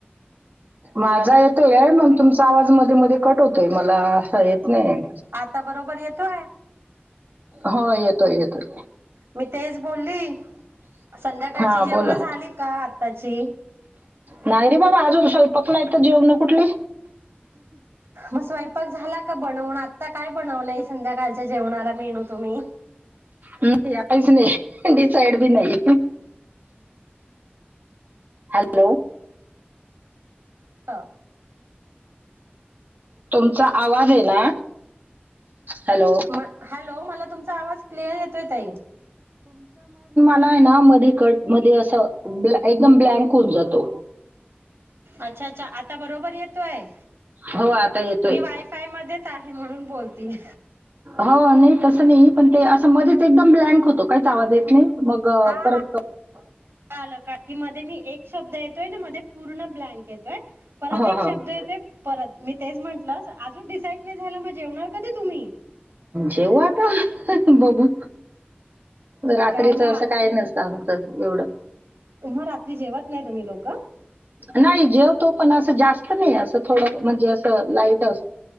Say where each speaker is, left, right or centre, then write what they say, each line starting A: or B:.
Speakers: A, on the right (about 55°); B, on the right (about 85°).
A: माझा य तोय मग तुमचा आवाज मध्ये मध्ये कट होतोय मला येत नाही.
B: आता बरोबर येतोय
A: हो येतोय येतोय.
B: मी तेच बोलली, संध्याकाळची
A: हा
B: जेवणं
A: बोला.
B: झाली का आताची?
A: नाही रे बाबा अजून स्वयंपाक नाही तर जेवण कुठली?
B: मग स्वयंपाक झाला का बनवून? आता काय बनवलंय संध्याकाळच्या जेवणाला मेनू तुम्ही?
A: नाही काहीच नाही डिसाईड बी नाही. हॅलो.
B: <unintelligible>
A: तुमचा आवाज आहे ना. हॅलो
B: म हॅलो मला तुमचा आवाज क्लिअर येतोय ताई.
A: नाही ना मध्ये कट मध्ये असं ब्लॅं एकदम ब्लँक होऊन जातो.
B: अच्छा अच्छा आता बरोबर येतोय?
A: हो आता येतोय.
B: मी वायफाय मध्येच आ हे म्हणून बोलतीय.
A: हो नाही तसं नाही पण ते अस मध्येच एकदम ब्लँक होतो काहीच आवाज येत नाही, मग
B: हा हा
A: परत अ‌
B: आलं का, की मध्ये मी एक शब्द येतोय ना मध्ये पूर्ण ब्लँक येतोय, परत
A: हो,
B: एक
A: हो.
B: शब्द येतोय परत मी तेच म्हंटलं आ अजुन डिसाईड नाही झालं मग जेवणार कधी तुम्ही?
A: जेवू आता बघू, रात्रीचं
B: काय ना
A: असं काही नसतं आमचं एवढं.
B: मग रात्री जेवत नाही तुम्ही लोकं?
A: नाही जेवतो पण असं जास्त नाही असं थोड म्हणजे असं लाईट अस